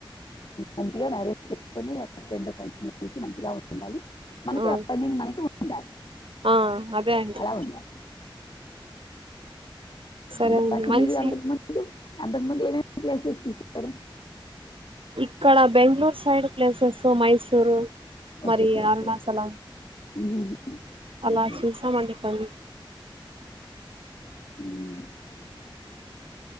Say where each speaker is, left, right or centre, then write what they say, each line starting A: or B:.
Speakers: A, on the left (about 60°); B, on the right (about 85°).
A: మంచిగా మ్యారేజ్ చేసుకొని హుస్బేడ్ తో కలిసిమెలసి మంచిగా ఉంటండాలి మనకి
B: ఆ
A: ఎర్నింగ్ మనకి ఉండాలి
B: ఆ అదే అండి
A: అలా ఉండాలి
B: సరే
A: ఇంకా
B: అండి
A: అసలు
B: మంచి
A: మీరు అకు ముందు అంతకు ముందు ఏమేమి ప్లేసెస్ చూస్తారు
B: ఇక్కడ Bengaluru side places Mysuru
A: okay
B: మరి
A: ఓకే
B: అరుణాచలం
A: మ్మ్.
B: అలా
A: ఓకే
B: చూసామండి పని
A: మ్